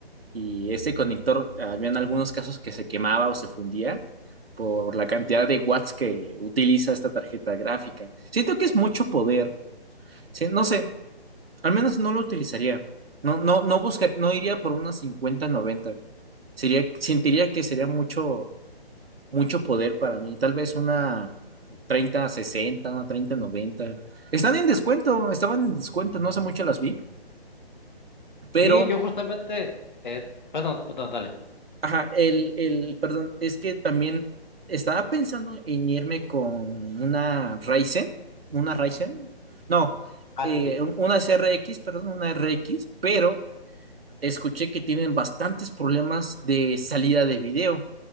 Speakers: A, on the right; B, on the left.
A: y ese conector, habían algunos casos que se quemaba o se fundía por la cantidad de watts que utiliza esta tarjeta gráfica. Siento que es mucho poder. Sí, no sé, al menos no lo utilizaría. No, no, no buscar, no iría por una cincuenta noventa. Sería, sentiría que sería mucho, mucho poder para mí. Tal vez una 30, 60 una 30, 90. Están en descuento, estaban en descuento, no hace mucho las vi, pero,
B: Sí, yo justamente, eh, perdón, perdón, dale.
A: ajá, el, el, perdón, es que también estaba pensando en irme con una Ryzen, una Ryzen, no,
B: Ah,
A: eh,
B: sí, sí.
A: un- una CRX, perdón, una RX, pero escuché que tienen bastantes problemas de salida de video.